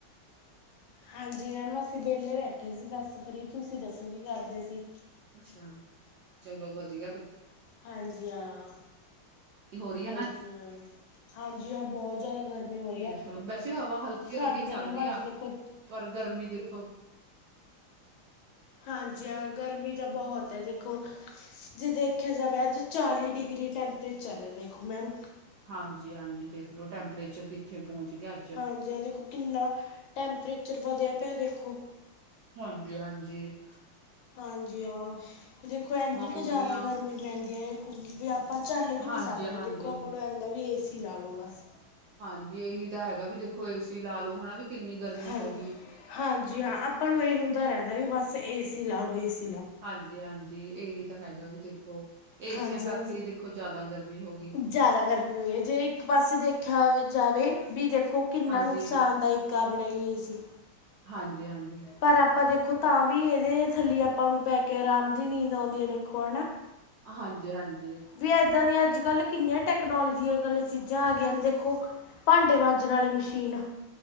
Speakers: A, on the left; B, on the right.
A: ਹਾਂਜੀ ਮੈਮ ਅਸੀਂ ਵੇਹਲੇ ਬੈਠੇ ਸੀ ਬੱਸ ਫ੍ਰੀ ਤੁਸੀਂ ਦੱਸੋ ਕੀ ਕਰਦੇ ਸੀ
B: ਅੱਛਾ ਚਲੋ ਵਧੀਆ
A: ਹਾਂਜੀ ਆਂ,
B: ਹੋ ਰਹੀ
A: ਹਾਂਜੀ
B: ਹੈ ਨਾ
A: ਆਂ, ਹਾਂਜੀ ਬਹੁਤ ਜ਼ਿਆਦਾ ਗਰਮੀ ਹੋ ਰਹੀ
B: ਦੇਖੋ
A: ਐ
B: ਵੈਸੇ ਹਵਾ ਹਲਕੀ
A: ਸਾਡੇ
B: ਹਲਕੀ ਚੱਲ
A: ਤਾਂ ਮੈਮ
B: ਰਹੀ
A: ਅੱਜ
B: ਆ
A: ਦੇਖੋ
B: ਪਰ ਗਰਮੀ ਦੇਖੋ
A: ਹਾਂਜੀ ਹਾਂ ਗਰਮੀ ਤਾਂ ਬਹੋਤ ਹੈ ਦੇਖੋ ਜੇ ਦੇਖਆ ਜਾਵੇ ਅੱਜ ਚਾਲੀ ਡਿਗਰੀ ਟੈਂਪਰੇਚਰ ਐ ਦੇਖੋ ਮੈਮ
B: ਹਾਂਜੀ-ਹਾਂਜੀ ਦੇਖ ਲੋ ਟੈਂਪਰੇਚਰ ਕਿੱਥੇ ਪਹੋਂਚ ਗਿਆ ਅੱਜ
A: ਹਾਂਜੀ ਆਂ ਦੇਖੋ ਕਿੰਨਾ ਟੈਂਪਰੇਚਰ ਵਦਿਆ ਪਿਆ ਦੇਖੋ
B: ਹਾਂਜੀ-ਹਾਂਜੀ
A: ਹਾਂਜੀ ਹਾਂ ਦੇਖੋ ਏਨੀ ਕੁ
B: ਹੋ
A: ਜ਼ਿਆਦਾ
B: ਗਈਆਂ
A: ਗਰਮੀ ਪੈਂਦੀ ਏ ਬਇ ਆਪਾਂ ਝੱਲ ਵੀ
B: ਹਾਂਜੀ
A: ਨਹੀਂ ਸਕਦੇ
B: ਹਾਂਜੀ
A: ਦੇਖੋ ਆਪਾਂ ਨੂੰ ਇਹ ਹੁੰਦਾ ਵੀ ਏ-ਸੀ ਲਾ ਲਓ ਬਸ
B: ਹਾਂਜੀ ਇਹੀ ਤਾਂ ਹੈਗਾ ਵੀ ਦੇਖੋ ਏਸੀ ਲਾ ਲਓ ਹੈਨਾ ਵੀ ਕਿੰਨੀ ਗਰਮੀ
A: ਹਾਂ
B: ਹੋ ਗਈ
A: ਹਾਂਜੀ ਹਾਂ ਆਪਾਂ ਨੂੰ ਇਹ ਹੁੰਦਾ ਰਹਿੰਦਾ ਵੀ ਬਸ ਏਸੀ ਲਾ ਲਓ ਏਸੀ
B: ਹਾਂਜੀ ਹਾਂਜੀ ਇਹੀ ਤਾਂ ਹੈਗਾ ਵੀ ਦੇਖੋ ਏਸੀਆਂ
A: ਹਾਂਜੀ
B: ਕਰਕੇ
A: ਹਾਂਜੀ
B: ਹੀ ਦੇਖੋ ਜ਼ਿਆਦਾ ਗਰਮੀ ਹੋ ਗਈ
A: ਜ਼ਿਆਦਾ ਗਰਮੀ ਹੋਈ ਏ ਜੇ ਇੱਕ ਪਾਸੇ ਦੇਖਿਆ ਜਾਵੇ ਵੀ ਦੇਖੋ ਕਿੰਨਾ
B: ਹਾਂਜੀ
A: ਨੁਕਸਾਨਦਾਇਕ ਆਪਨੇ ਲਈ ਏਸੀ
B: ਹਾਂਜੀ ਹਾਂਜੀ
A: ਪਰ ਆਪਾਂ ਦੇਖੋ ਤਾਂ ਵੀ ਇਹਦੇ ਥੱਲੇ ਆਪਾਂ ਨੂੰ ਪੈ ਕੇ ਆਰਾਮ ਦੀ ਨੀਂਦ ਆਉਂਦੀ ਹੈ ਦੇਖੋ ਹੈਨਾ
B: ਹਾਂਜੀ ਹਾਂਜੀ
A: ਵੀ, ਏਦਾਂ ਦੀਆਂ ਅੱਜ-ਕੱਲ ਕਿੰਨੀਆਂ ਟੈਕਨੋਲੋਜੀਆ ਗਲ ਚੀਜ਼ਾਂ ਆ ਗਈਆਂ ਨੇ ਦੇਖੋ, ਭਾਂਡੇ ਮਾਂਜਣ ਵਾਲੀ ਮਸ਼ੀਨ।